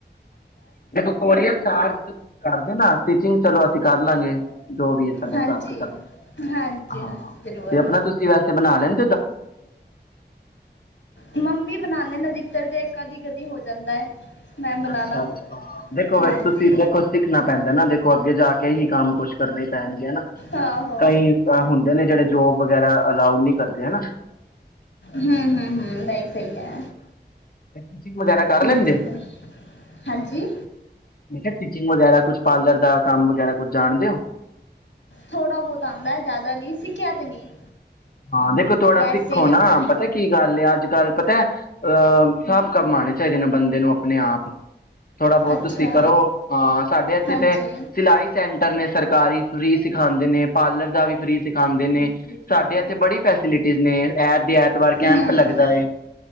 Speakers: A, on the left (about 50°); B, on the left (about 80°).
A: ਤੇ ਕੋਰੀਅਰ ਚਾਰਜ ਕਰ ਦੇਨਾ ਨਾ ਅਸੀ ਚਲੋ ਅਸੀਂ ਕਰ ਲਾਂਗੇ ਜੋ ਵੀ ਹੈ ਸਾਡਾ
B: ਹਾਂਜੀ
A: ਹਿਸਾਬ ਕਿਤਾਬ
B: ਹਾਂਜੀ
A: ਹਾਂ
B: ਹਾਂਜੀ ਜ਼ਰੂਰ
A: ਤੇ ਆਪਣਾ ਤੁਸੀਂ ਵੈਸੇ ਬਣਾ ਲੈਣ
B: ਮੰਮੀ ਬਣਾਉਂਦੇ ਏਦੀ ਚੱਲ ਦੇ ਕਦੀ ਕਦੀ ਹੋ ਜਾਂਦਾ ਹੈ ਮੈਂ ਬਣਾਣਾ
A: ਅੱਛਾ ਅੱਛਾ ਦੇਖੋਖ
B: ਹਾਂਜੀ
A: ਤੁਸੀਂ ਦੇਖੋ ਸਿੱਖਣਾ ਪੈਂਦਾ ਨਾ ਦੇਖੋ ਅੱਗੇ ਜਾ ਕੇ ਹੀ ਕੰਮ ਕੁਛ ਕਰਨੇ ਹੀ ਪੈਣਗੇ ਹੈਨਾ
B: ਆਹੋ
A: ਕਈ ਹੁੰਦੇ ਨੇ ਜਿਹੜੇ ਜੋਬ ਵਗੈਰਾ ਅਲਾਊਡ ਨਹੀਂ ਕਰਦੇ ਹਨਾ
B: ਹੂ ਹੂ ਹੂ ਲਈ ਸਹੀ ਹੈ
A: ਸਟਿਚ ਵਗੈਰਾ ਕਰ
B: ਹਮ
A: ਲੈਂਦੇ ਹੋ
B: ਹਾਂਜੀ
A: ਸਟਿਚਿੰਗ ਵਗੈਰਾ ਕੁਛ ਪਾਰਲਰ ਦਾ ਕੰਮ ਵਗੈਰਾ ਕੁਛ ਜਾਣਦੇ ਹੋ
B: ਥੋੜਾ ਬਹੁਤ ਆਉਂਦਾ ਜ਼ਿਆਦਾ ਨਹੀਂ ਸਿੱਖਿਆ ਤੇ ਨਹੀਂ
A: ਹਾਂ ਦੇਖੋ ਥੋੜਾ
B: ਵੈਸੇ
A: ਸਿੱਖੋ
B: ਹੀ
A: ਨਾ
B: ਆਉਂਦਾ ਹੈ
A: ਪਤਾ ਕੀ ਗੱਲ ਹੈ ਅੱਜ ਕੱਲ ਪਤਾ ਅਹ ਸਾਬ ਕਮਾਣੇ ਚਾਹੀਦੇ ਨਾ ਬੰਦੇ ਨੂੰ ਆਪਣੇ ਆਪ ਥੋੜ੍ਹਾ ਬਹੁਤ
B: ਅੱਛਾ
A: ਤੁਸੀਂ ਕਰੋ ਹਾਂ ਸਾਡੇ ਇੱਥੇ
B: ਹਾਂਜੀ
A: ਤੇ ਸਿਲਾਈ ਸੈਂਟਰ ਨੇ ਸਰਕਾਰੀ ਫ੍ਰਰੀ ਸਿਖਾਉਦੇ ਨੇ ਪਾਰਲਰ ਦਾ ਵੀ ਫਰੀ ਸਿਖਾਉਂਦੇ ਨੇ ਸਾਡੇ ਇੱਥੇ ਬੜੀ ਫੈਸਿਲਿਟੀਜ਼ ਨੇ ਐਤਵਾਰ ਕੈਂਪ
B: ਹਮ
A: ਲੱਗਦਾ ਹੈ